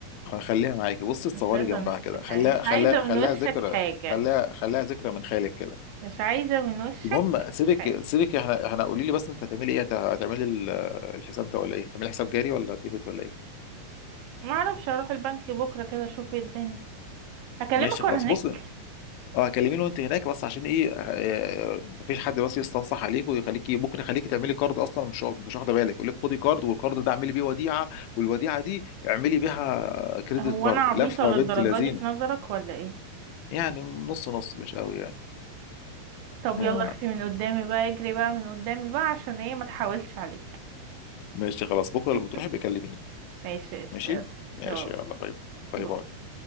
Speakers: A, on the left (about 85°); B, on the right (about 80°).
A: خليها معاكي بصي تصوري
B: مش عايزة
A: جنبها
B: من وشك
A: كده خليها
B: حاجة مش
A: خليها
B: عايزة
A: خليها
B: من وشك
A: ذكرى
B: حاجة
A: خليها خليها ذكرى من خيالك كده
B: مش عايزة من وشك
A: المهم سيبك
B: حاجة
A: سيبك احنا احنا قولي لي بس انت هتعملي ايه هت- هتعملي ال- الحساب ده ولا ايه هتعملي حساب جاري ولا تيبت ولا ايه
B: معرفش اروح البنك بكرة كده اشوف ايه الدنيا اكلمك
A: ماشي خلاص
B: وانا هناك
A: بص اه كلميني وانت هناك بس عشان ايه آه، مفيش حد بس يستنصح عليك ويخليكي ممكن يخليكي تعملي كارد اصلا مش واخد- مش واخده بالك يقول لك خدي كارد والكارد ده اعملي بيه وديعه والوديعه دي اعملي بيها كريدت
B: هو
A: كارد
B: انا عبيطة
A: لفه
B: للدرجة
A: بنت لذينه
B: دي في نظرك ولا ايه
A: يعني نص نص مش قوي يعني
B: طب
A: آه،
B: يلا اختي من قدامي بقى اجري بقى من قدامي بقى عشان ايه ما تحاولش عليك
A: ماشي خلاص بكره
B: <laughs>
A: لما تروحي بكلميني
B: ماشي قشطة
A: ماشي
B: يلا.
A: ماشي
B: اه
A: يلا باي باي
B: باي.
A: باي